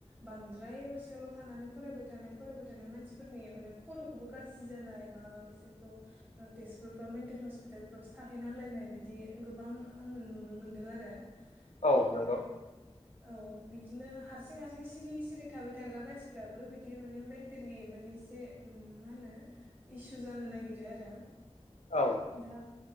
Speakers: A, on the right; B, on the left.
A: बांद्राय न' सिङावल' थानानै फरायबाय थानाय फरायबाय थानाय मानसिफोरनि माने खर'खौबो गाज्रि जानाय बा बिसोरखौ ओ तेजपुराव मेन्टेल हस्पिताल फ्राव सो थाहैनांलायनाय बिदि गोबां आङो नुनो मोनदों आरो
B: औ
A: ओमफ्राय
B: नंगौ
A: औ बिदिनो हारसिं हारसिं सिरि सिरि थाबाय थाग्रा मानसिफ्राबो बिदि माने मेन्टेलि माने एसे उम मा होनो इसु जानो नागिरो आरो
B: औ
A: दा